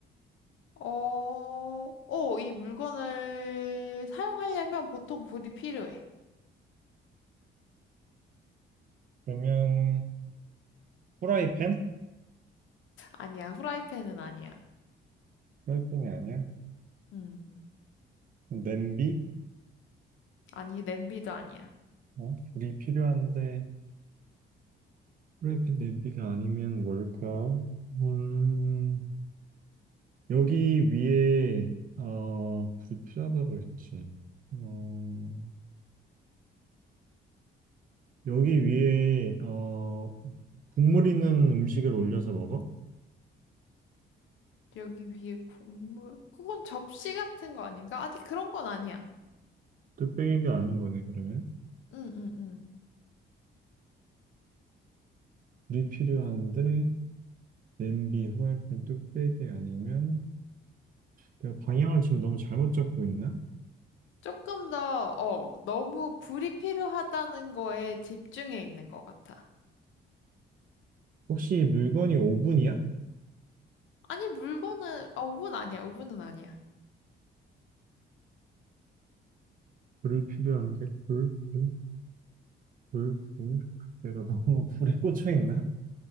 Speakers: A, on the left (about 75°); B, on the right (about 45°).
A: 어, 어, 이 물건을 사용하려면 보통 불이 필요해.
B: 그러면, 프라이팬?
A: 아니야, 후라이팬은 아니야.
B: 프라이팬이 아니야.
A: 음,
B: 냄비?
A: 아니, 냄비도 아니야.
B: 어, 불이 필요한데, 프라이팬 냄비가 아니면 뭘까? 음, 여기 위에 어 불이 필요하다고 했지. 어 여기 위에 어 국물 있는 음식을 올려서 먹어?
A: 여기 위에 국물, 그건 접시 같은 거 아닌가? 아니, 그런 건 아니야.
B: 뚝배기가 아닌 거네 그러면.
A: 응, 응, 응.
B: 불이 필요한데 냄비, 후라이팬, 뚝배기 아니면 내가 방향을 지금 너무 잘못 잡고 있나?
A: 조금 더, 어, 너무 불이 필요하다는 거에 집중해 있는 것 같아.
B: 혹시 물건이 오븐이야?
A: 아니, 물건은, 아, 오븐 아니야, 오븐은 아니야.
B: 불이 필요한데 불, 불, 불, 불. 내가 너무 <laughs> 불에 꽂혀 있나?